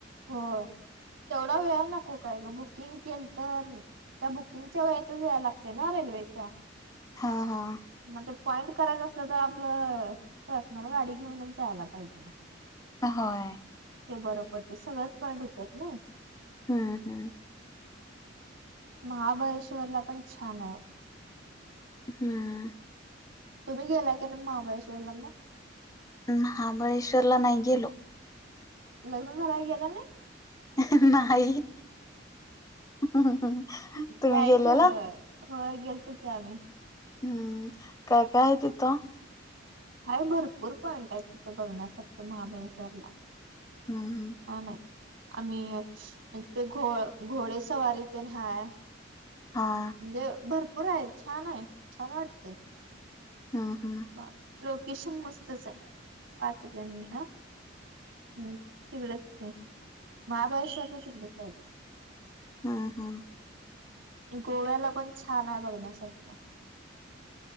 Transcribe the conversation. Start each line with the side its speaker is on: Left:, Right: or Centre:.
Right: होय तेवढा वेळ नको काय गं बुकिंग केलत न त्या बुकिंगच्या वेळेतच जायाय लागतयं ना रेल्वेच्या?
Left: हां, हां
Right: मग ते पॉइंट करायचं असलं तर आपलं, पर्सनल गाडी घेऊनच जायला पाहिजे म
Left: होय
Right: ते बरं पडतयं सगळच पॉईंट हुत्यात नयी
Left: हम्म हम
Right: महाबळेश्वरला पण छान हाय
Left: हम्म
Right: तुम्ही गेलाय का नाही महाबळेश्वरला म?
Left: महाबळेश्वरला नाही गेलो.
Right: लग्न झाल्यावर गेलो नाही?
Left: <unintelligible> नाही, तुम्ही
Right: जायचं
Left: गेलेला?
Right: ग होय गेलतो कि आम्ही
Left: हम्म, काय काय हाय तिथं?
Right: हाय भरपूर पॉईंट आहेत तिथं बघण्यासारख्या महाबळेश्वरला
Left: हम्मं
Right: छान हाय आम्ही, ते घो, घोडे सवारी तेन हाय
Left: हां
Right: म्हणजे भरपूर हाय, छान हाय छान वाटतयं
Left: हा हा
Right: ह लोकेशन मस्तच हाय पाचगणी हा तिकडच कि माहाबळेश्वरच्या तिकडच हाय बघ
Left: हा हा
Right: गोव्याला पण छान आहे बघण्यासारखं.